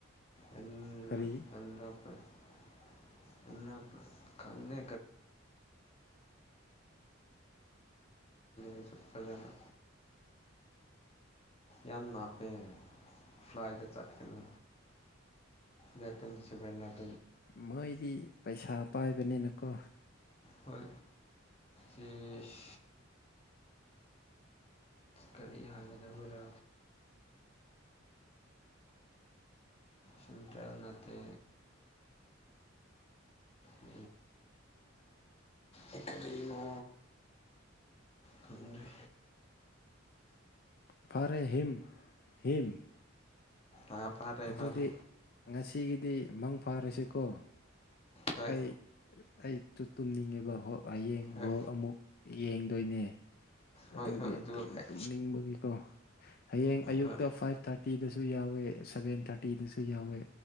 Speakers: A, on the left; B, on the left.
A: <unintelligible> <unintelligible> <unintelligible>
B: ꯀꯔꯤ
A: <unintelligible> ꯈꯪꯗꯦ ꯑꯩꯖꯨ ꯐꯖꯅ ꯌꯥꯝ ꯅꯥꯞꯄꯦ ꯐ꯭ꯂꯥꯏꯗ ꯆꯠꯀꯅꯤ ꯂꯩ ꯄꯁꯕꯅꯔ
B: ꯃꯣꯏꯗꯤ ꯄꯩꯁꯥ ꯄꯥꯏꯕꯅꯤꯅꯀꯣ
A: ꯍꯣꯜ ꯁꯦꯁ ꯀꯔꯤ ꯍꯥꯏꯒꯗꯕꯔ ꯁꯟꯇ꯭ꯔꯦꯜ ꯅꯠꯇꯦ ꯎ ꯑꯦ ꯀꯔꯤꯅꯣ ꯈꯪꯗ꯭ꯔꯦ
B: ꯐꯔꯦ ꯍꯤꯝ ꯍꯤꯝ
A: ꯑꯥ ꯐꯥꯔꯦ
B: ꯑꯗꯨꯗꯤ
A: ꯐꯥꯔꯦ
B: ꯉꯁꯤꯒꯤꯗꯤ ꯃꯪ ꯐꯥꯔꯁꯤꯀꯣ
A: ꯍꯣꯏ
B: ꯑꯩ ꯑꯩꯁꯨ ꯇꯨꯝꯅꯤꯡꯉꯤꯕ ꯍꯌꯦꯡ
A: ꯍꯣꯏ
B: ꯕꯣꯜ ꯑꯃꯨꯛ ꯌꯦꯡꯗꯣꯏꯅꯦ
A: ꯍꯣꯏ
B: ꯑꯗꯨꯒꯤ
A: ꯍꯣꯏ ꯑꯗꯨ
B: ꯇꯨꯝ
A: ꯍꯣꯏ
B: ꯇꯨꯝꯅꯤꯡꯕꯒꯤꯀꯣ ꯍꯌꯦꯡ ꯑꯌꯨꯛꯇ
A: ꯍꯣꯏ
B: ꯐꯥꯏꯚ ꯊꯥꯔꯇꯤꯗꯁꯨ ꯌꯥꯎꯋꯦ ꯁꯚꯦꯟ ꯊꯥꯔꯇꯤꯗꯁꯨ ꯌꯥꯎꯋꯦ